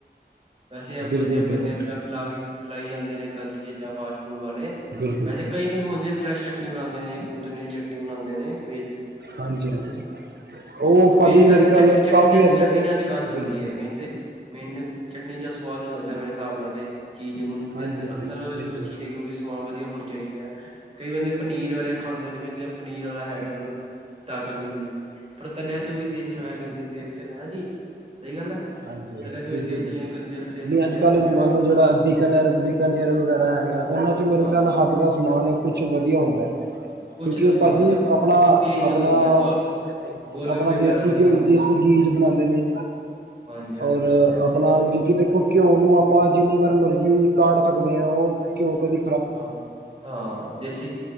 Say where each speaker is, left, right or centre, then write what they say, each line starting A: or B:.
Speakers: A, on the right; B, on the right.
A: ਵੈਸੇ ਆਪਾਂ
B: ਬਿਲਕੁਲ
A: ਬੰਦਿਆਂ
B: ਬਿਲਕੁਲ
A: ਨੂੰ ਲ ਪਿਲਾਈ ਜਾਂਦੇ ਨੇ ਗਲਤ ਚੀਜ਼ਾਂ ਫਾਸਟ ਵਾਲੇ
B: ਬਿਲਕੁਲ
A: ਵੈਸੇ ਕਈ- ਕਈ ਹੁੰਦੇ ਨੇ ਫਰੈਸ਼ ਚਟਨੀ ਬਣਾਦੇ ਨੇ ਪੂਤਨੇ ਦੀ ਚਟਨੀ ਨਵੀ ਬਣਾਂਦੇ ਨੇ ਵੇ
B: ਹਾਂਜੀ- ਹਾਂਜੀ ਉਹ ਭਾਜੀ
A: ਮੇਨ ਗੱਲ
B: ਮੇਰੇ
A: ਤੇ
B: ਖਿਆਲ
A: ਚਟਨੀ ਚਟਨੀ
B: ਕਾਫੀ
A: ਨਾਲ
B: ਅੱਜ
A: ਚਟਨੀ
B: ਤੱਕ
A: ਨਾਲ ਚੱਲਦੀ
B: ਬਿਲਕੁਲ
A: ਹੈ ਮੇਨ ਤੇ ਮੈਨੂੰ ਚਟਨੀ ਦਾ ਸਵਾਦ ਹੀ ਲੱਗਦਾ ਮੇਰੇ ਹਿਸਾਬ ਨਾਲ ਤੇ ਚੀਜ਼ ਨੂੰ ਤੇ
B: ਹਾਂਜੀ
A: ਅੰਦਰ
B: ਹਾਂਜੀ
A: -ਅੰਦਰ
B: ਬਿਲਕੁਲ
A: ਜੋ ਚੀਜ਼ ਹੈਗੀ ਉਹ ਵੀ ਸਮਾਨ ਵਧੀਆ ਹੋਣੀ ਚਾਹੀਦੇ ਹੈ। ਕਈ ਬੰਦੇ ਪਨੀਰ ਵਾਲੇ ਖਾਂਦੇ ਨੇ ਕਹਿੰਦੇ ਪਨੀਰ ਵਾਲਾ ਹੈਗਾ ਸਾਨੂੰ ਤਾਕਤ ਮਿਲੀ ਪਰ ਤਲਿਆ ਤੇ ਉਹੀ ਤੇਲ ਚ ਹੋਇਆ ਗੰਦੇ ਤੇਲ ਚ ਹਨਾ ਜੀ। ਸਹੀ ਗੱਲ ਹੈ
B: ਹਾਂਜੀ ਹਾਂਜੀ
A: ਤਲਿਆ ਤੋਂ
B: ਬਿਲਕੁਲ-
A: ਉਹੀ ਤੇਲ ਚ
B: ਬਿਲਕੁਲ
A: ਗੰਦੇ ਤੇਲ
B: ਨਹੀਂ
A: ਚ ਤਲਿਆ
B: ਅੱਜ ਕਲ
A: ਹੋਇਆ
B: ਮੰਨ
A: ਵ
B: ਲਓ ਜਿਹੜਾ ਬੀਕਾਨੇਰ ਬੀਕਾਨੇਰ ਵਗੈਰਾ ਹੈਗਾ ਉਹਨਾਂ ਚ ਮੇਰੇ
A: ਹਾਂ
B: ਖਿਆਲ ਹੱਦ ਦਾ ਸਮਾਨ ਕੁਛ ਵਧੀਆ ਹੁੰਦਾ ਹੈ।
A: ਕੁਛ
B: ਕਿਉਂਕਿ
A: ਤਾਂ ਵਧੀਆ
B: ਉਹ ਭਾਜੀ
A: ਹੁੰਦੇ ਆ,
B: ਆਪਣਾ-
A: ਤੇਲ
B: ਆਪਣਾ-
A: ਤੋਂ ਹੀ ਹੁੰਦਾ ਗੋਲ ਗੋਲ
B: ਆਪਣਾ
A: ਗੱਪੇ ਵਗੈਰਾ
B: ਦੇਸੀ
A: ਵਧੀਆ
B: ਘ
A: ਹੁੰਦੇ
B: ਦੇਸੀ ਗੀਜ ਬਣਾਉਂਦੇ ਨੇ।
A: ਹਾਂਜੀ ਹਾਂਜੀ
B: ਔਰ
A: ਹਾਂਜੀ ਹਾਂਜੀ
B: ਆਪਣਾ ਜਿਕ ਦੇ ਘਿਓ ਨੂੰ ਆਪਾਂ ਜਿੰਨੀ ਵਾਰ ਮਰਜ਼ੀ ਕਾਢ ਸਕ ਸਕਦੇ ਹਾਂ। ਉਹ ਕਿਉ ਕਦੇ
A: ਹਾਂ- ਹਾਂ ਦੇਸੀ